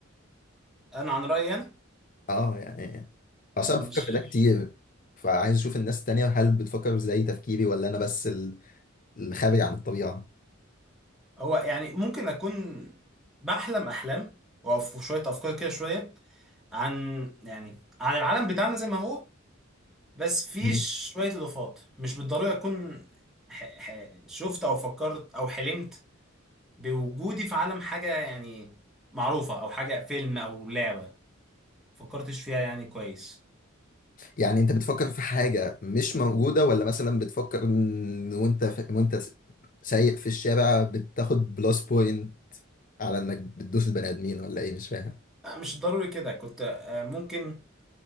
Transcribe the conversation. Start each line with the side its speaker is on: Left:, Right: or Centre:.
Centre: أنا عن رأيي أنا
Left: اه يعني
Centre: آه
Left: اصلا
Centre: مش
Left: بفكر في ده كتير فعايز اشوف الناس التانية هل بتفكر زي تفكيري ولا انا بس ال- الخارج عن الطبيعة
Centre: هو يعني ممكن أكون بحلم أحلام وفي شوية أفكار كده شوية عن يعني عن العالم بتاعنا زي ما هو بس في
Left: مم.
Centre: شوية إضافات مش بالضرورة تكون ح... ح... شفت أو فكرت أو حلمت بوجودي في عالم حاجة يعني معروفة أو حاجة فيلم أو لعبة فكرتش فيها يعني كويس
Left: يعني انت بتفكر في حاجة مش موجودة ولا مثلا بتفكر إن وانت ف... وانت سايق في الشارع بتاخد بلس بوينت على انك بتدوس البني ادمين ولا ايه مش فاهم
Centre: آه، مش ضروري كده كنت آه، ممكن